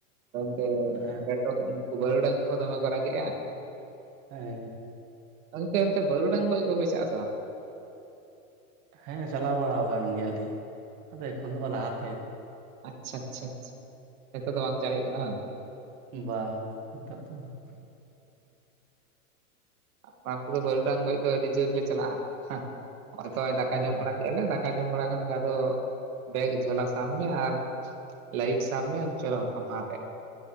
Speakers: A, on the right; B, on the right.
A: <inaudible>
B: ᱦᱮᱸ
A: ᱛᱮ ᱩᱱᱠᱩ ᱵᱟᱹᱨᱩᱰᱟᱝ ᱠᱚᱦᱚ ᱫᱚᱢᱮ ᱠᱚ ᱨᱟᱜᱮᱜᱼᱟ
B: ᱦᱮ
A: ᱛᱚ ᱜᱚᱝᱠᱮ ᱵᱟᱹᱨᱩᱰᱟᱝ ᱠᱚᱡ ᱠᱚ ᱯᱮ ᱪᱟᱜ ᱟᱥᱮ ᱵᱟᱝ
B: ᱦᱮᱸ ᱪᱟᱞᱟᱣ ᱵᱟᱲᱟ ᱟᱠᱟᱱ ᱜᱮᱭᱟᱞᱤᱧ ᱟᱫᱚ ᱮᱠᱷᱚᱱ ᱫᱚ ᱵᱟ ᱞᱟᱦᱟᱛᱮ
A: ᱟᱪᱪᱷᱟ ᱟᱪᱪᱷᱟ ᱱᱤᱛᱚᱜ ᱫᱚ ᱵᱟᱝ ᱪᱟᱞᱟᱜ ᱦᱩᱭᱩᱜ ᱠᱟᱱᱟ ᱵᱟᱝ
B: ᱵᱟ ᱵᱟ ᱱᱮᱛᱚᱜ ᱫᱚ ᱵᱟᱝ
A: ᱟᱯᱱᱟᱨ ᱠᱚᱫᱚ ᱵᱟᱹᱨᱩᱰᱟᱝ ᱜᱚᱡ ᱫᱚ ᱟᱹᱰᱤ ᱡᱳᱨ ᱞᱮ ᱪᱟᱞᱟᱜᱼᱟ ᱱᱚᱜᱼᱚᱭ ᱛᱚ ᱫᱟᱠᱟ
B: ᱚ
A: ᱡᱚᱢ ᱵᱟᱲᱟ ᱠᱮᱜᱟᱞᱮ ᱫᱟᱠᱟ ᱡᱚᱢ ᱵᱟᱲᱟ ᱠᱷᱟᱱ ᱜᱮ ᱟᱫᱚ ᱵᱮᱜᱽ ᱡᱷᱚᱞᱟ ᱥᱟᱵ ᱢᱮ ᱟᱨ ᱞᱟᱭᱤᱴ ᱥᱟᱢ ᱢᱮ ᱟᱨ ᱪᱚᱞᱚ ᱦᱟᱯᱟ ᱦᱟᱛᱮᱜ